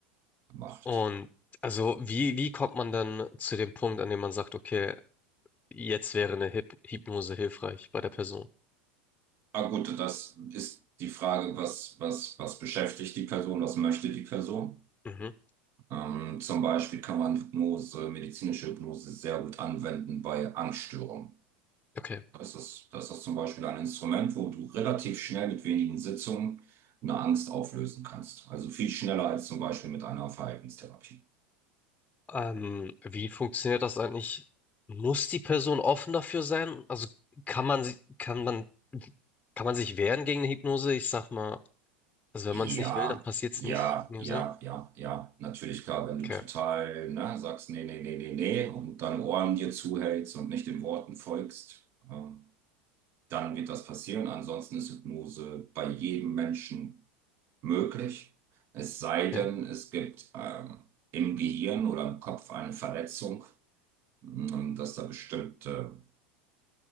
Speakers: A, on the right; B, on the left.
A: macht.
B: Und also, wie, wie kommt man dann zu dem Punkt, an dem man sagt, okay, jetzt wäre eine Hyp Hypnose hilfreich bei der Person?
A: Ah, gut, das ist die Frage, was, was, was beschäftigt die Person, was möchte die Person?
B: Mhm.
A: Ähm, zum Beispiel kann man Hypnose, medizinische Hypnose sehr gut anwenden bei Angststörungen.
B: Okay.
A: Das ist, das ist zum Beispiel ein Instrument, wo du relativ schnell mit wenigen Sitzungen eine Angst auflösen kannst. Also viel schneller als zum Beispiel mit einer Verhaltenstherapie.
B: Ähm, wie funktioniert das eigentlich? Muss die Person offen dafür sein? Also kann man, sie- kann man, kann man sich wehren gegen eine Hypnose? Ich sag mal, also wenn
A: Ja,
B: man es nicht will, dann passiert es
A: ja,
B: nicht in dem
A: ja,
B: Sinne.
A: ja, ja. Natürlich, klar, wenn du
B: Okay.
A: total, ne, sagst, nee, nee, nee, nee, nee, und deine Ohren dir zuhältst und nicht den Worten folgst, ähm, dann wird das passieren. Ansonsten ist Hypnose bei jedem Menschen möglich. Es sei denn,
B: Ja.
A: es gibt, ähm, im Gehirn oder im Kopf eine Verletzung Und dass da bestimmte